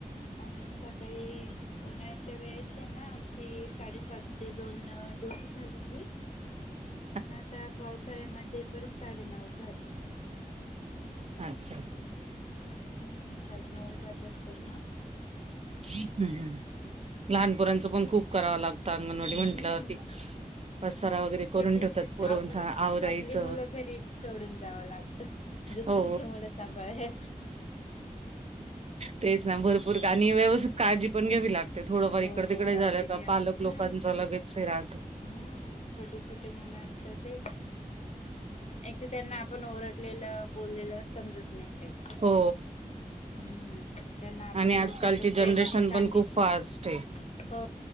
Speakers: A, on the left; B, on the right.
A: आन सकाळी उन्हाळ्याच्या वेळेस आहे ना आमची साडेसात ते दोन अ ड्युटी झालीती
B: <inaudible>
A: अन आता पावसाळ्यामध्ये, परत साडेनऊ झाली.
B: अच्छा.
A: हम्म, साडे नवला जात असतो मग.
B: हम्म हम्म, लहानपोरांच पण खूप कराव लागत, अंगणवाडी
A: हम्म
B: म्हटल्यावरती पसारा वगैरे करून
A: छोटी
B: ठेवतात पोरांच,
A: आपली
B: आवरायच
A: आपली मुलं घरी सोडून जावं लागतं दुसऱ्यांची
B: हो,
A: मुलं सांभाळाय
B: तेच ना भरपूर <unintelligible> नी
A: हम्म
B: व्यवस्थित काळजी पण घ्यावी लागते, थोडंफार
A: हो
B: इकड तिकडे
A: काळजी
B: झालं
A: घ्या
B: तर पालक
A: हम्म
B: लोकांचं लगेच हे राहत
A: हम्म, छोटे-छोटे मुलं असतात ते एक तर त्यांना आपण ओरडलेल, बोललेल समजत नाही काही.
B: हो
A: हम्म, त्यांना आपण
B: आणि आजकालची
A: जेवढं प्रेमाने
B: जनरेशन
A: सांगितल,
B: पण खूप फास्ट आहे
A: हो